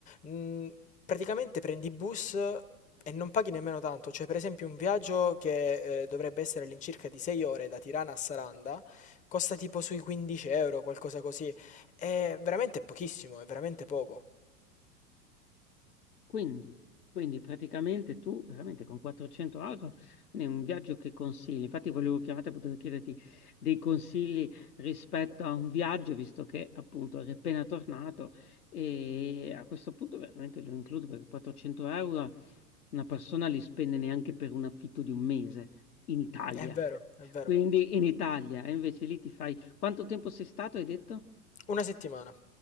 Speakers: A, on the left; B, on the left.
A: Mm, praticamente prendi bus e non paghi nemmeno tanto, cioè per esempio un viaggio che eh, dovrebbe essere all'incirca di 6 ore da Tirana a Saranda costa tipo sui 15 euro, qualcosa così. È veramente pochissimo, è veramente poco.
B: Quindi, quindi praticamente tu veramente con 400 euro, quindi è un viaggio che consigli. Infatti volevo chiamarti per poter chiederti dei consigli rispetto a un viaggio, visto che appunto eri appena tornato e a questo punto veramente lo includo perché 400 euro una persona li spende neanche per un affitto di un mese in Italia.
A: È vero, è vero.
B: Quindi in Italia, e invece lì ti fai... Quanto tempo sei stato, hai detto?
A: Una settimana.